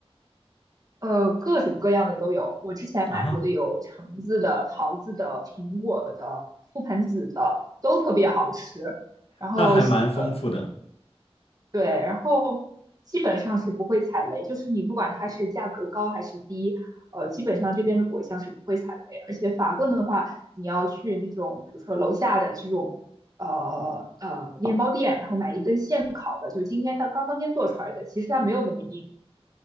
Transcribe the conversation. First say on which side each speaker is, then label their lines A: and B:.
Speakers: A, on the right; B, on the left.
A: 呃，各种各样的都有，我之前买过的有橙子的、
B: 啊？
A: 桃子的、苹果的、覆盆子的，都特别好吃。然后，
B: 那还蛮丰富的。
A: 呃，对，然后基本上是不会踩雷，就是你不管它是价格高还是低，呃，基本上这边的果酱是不会踩雷。而且法棍的话，你要去那种比如说楼下的这种呃呃面包店，然后买一根现烤的，就今天当刚当天做出来的，其实它没有那么硬，